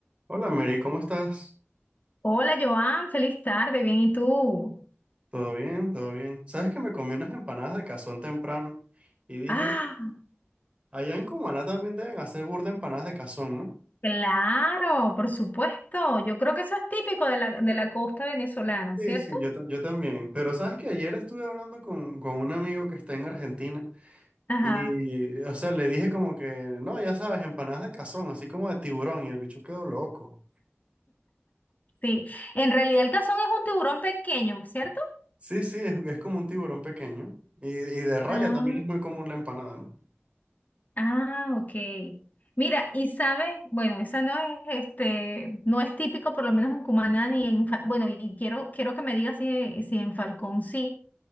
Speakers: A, on the right; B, on the left.
A: Hola Mary, ¿cómo estás?
B: Hola Joan, feliz tarde, bien, ¿y tú?
A: ¿Todo bien? ¿Todo bien? Sabes que me comí unas empanadas de cazón temprano y dije,
B: Ah,
A: allá en Cumaná también deben hacer burda empanadas de cazón, ¿no?
B: claro, por supuesto. Yo creo que eso es típico de la, de la costa venezolana,
A: Sí,
B: ¿cierto?
A: sí, yo, ta- yo también. Pero sabes que ayer estuve hablando con, con un amigo que está en Argentina
B: Ajá,
A: y, o sea, le dije como que, no, ya sabes, empanadas de cazón, así como de tiburón y el bicho quedó loco.
B: sí. En realidad el cazón es un tiburón pequeño, ¿cierto?
A: Sí, sí, es, es como un tiburón pequeño y, y de raya
B: Ah.
A: también es muy común la empanada, ¿no?
B: Ah, ok. Mira, y sabes, bueno, esa no es, este, no es típico, por lo menos en Cumaná ni en, Fa- bueno, y quiero, quiero que me digas si, si en Falcón sí,